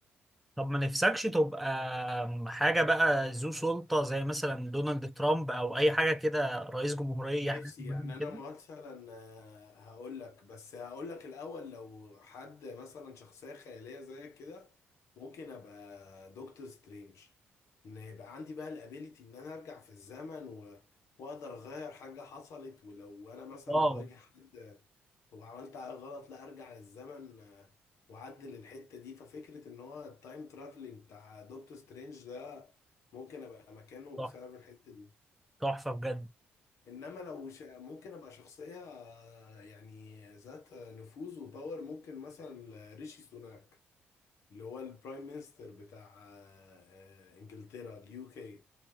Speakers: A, in the centre; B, on the left.
A: طب ما نفسكش تبقى حاجة بقى ذو سلطة زي مثلا دونالد ترامب أو أي حاجة كده رئيس جمهورية
B: نفسي
A: حاجة مهمة
B: يعني انا
A: كده
B: مثلا آه، هقول لك بس هقول لك الاول لو حد مثلا شخصية خيالية زيك كده ممكن ابقى دكتور سترينج ان يبقى عندي بقى الابيليتي ان انا ارجع في الزمن و... واقدر اغير حاجة حصلت ولو انا مثلا
A: واو
B: بواجه حد هو عملت غلط لا ارجع للزمن آه، واعدل الحته دي ففكره ان هو التايم ترافلنج بتاع دكتور سترينج ده ممكن ابقى مكانه
A: تحفة
B: بسبب الحته دي
A: تحفة بجد
B: انما لو ش... ممكن ابقى شخصيه آه، يعني ذات نفوذ وباور ممكن مثلا ريشي سوناك اللي هو البرايم مينستر بتاع آه، آه، انجلترا اليو كي